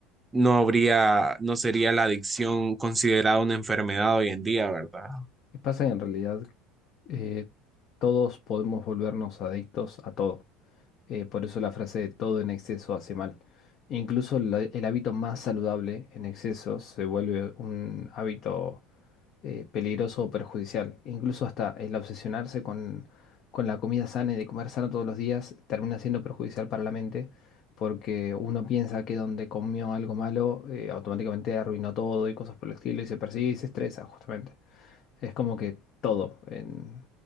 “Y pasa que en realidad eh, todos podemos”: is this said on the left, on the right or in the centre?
Left